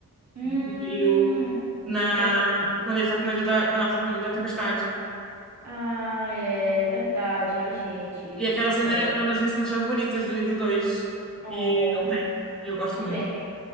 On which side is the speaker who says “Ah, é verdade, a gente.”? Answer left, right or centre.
Right